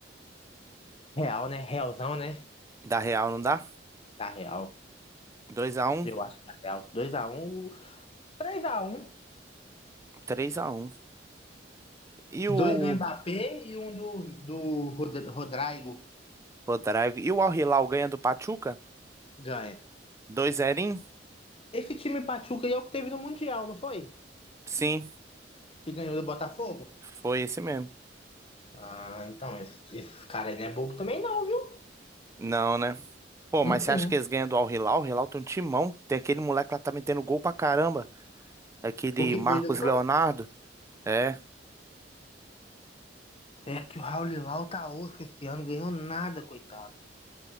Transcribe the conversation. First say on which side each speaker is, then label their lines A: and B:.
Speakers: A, on the left (about 30°); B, on the right (about 15°).
A: Real, né? Realzão, né?
B: Da Real não dá?
A: Da Real.
B: Dois a um,
A: Eu acho que da Real. Dois a um. três a um
B: três a um. E o
A: Dois do Mbappé e um do, do Rod- Rodrigo
B: Rodrigo, e o Al Hilal ganha do Pachuca?
A: ganha.
B: Dois a 0
A: Esse time Pachuca aí é o que teve no Mundial, não foi?
B: Sim,
A: Que ganhou do Botafogo?
B: foi esse mesmo.
A: Ah, então, esse, esse cara aí não é bobo também não, viu?
B: Não, né? Pô,
A: Uh-uh.
B: mas você acha que eles ganham do Al Hilal? O Hilal tem um timão. Tem aquele moleque lá que tá metendo gol pra caramba. Aquele
A: O que
B: Marcos
A: foi do Santos?
B: Leonardo. É,
A: É que o Raul Lilau tá osso esse ano, ganhou nada, coitado.